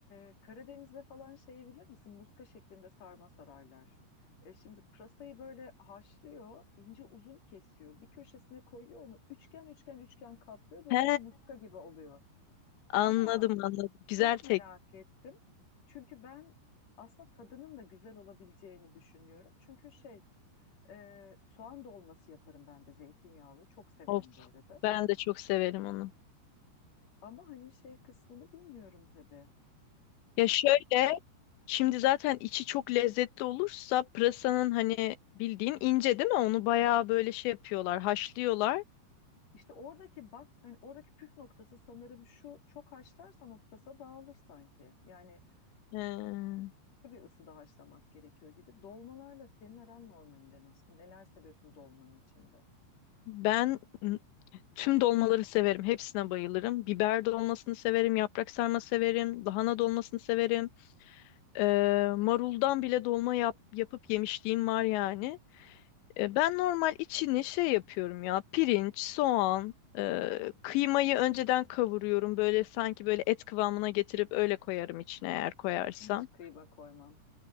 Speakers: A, on the left; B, on the left.
A: e, Karadeniz'de falan şeyi bilir misin? Muska şeklinde sarma sararlar. E, şimdi pırasayı böyle haşlıyor, ince uzun kesiyor. Bir köşesine koyuyor onu üçgen üçgen üçgen katlıyor ve böyle
B: He,
A: muska gibi oluyor.
B: anladım
A: Ama
B: anladım. Güzel
A: çok
B: tek.
A: merak ettim. Çünkü ben aslında tadının da güzel olabileceğini düşünüyorum. Çünkü şey, e, soğan dolması yaparım ben de zeytinyağlı. Çok severim
B: Of,
A: bu arada.
B: ben de çok severim onu.
A: Ama hani şey kısmını bilmiyorum tabii.
B: Ya şöyle, şimdi zaten içi çok lezzetli olursa pırasanın hani bildiğin ince değil mi? Onu bayağı böyle şey yapıyorlar, haşlıyorlar.
A: İşte oradaki bak hani oradaki püf noktası sanırım şu çok haşlarsan o pırasa dağılır sanki. Yani
B: Ee,
A: hani bir ısıda haşlamak gerekiyor gibi. Dolmalarla senin aran normalinde nasıl? Neler seviyorsun dolmanın içinde?
B: ben Tüm dolmaları severim. Hepsine bayılırım. Biber dolmasını severim. Yaprak sarma severim. Lahana dolmasını severim. Ee, maruldan bile dolma yap, yapıp yemişliğim var yani. Ee, ben normal içini şey yapıyorum ya. Pirinç, soğan, e, kıymayı önceden kavuruyorum. Böyle sanki böyle et kıvamına getirip öyle koyarım içine eğer koyarsam.
A: Hiç kıyma koymam.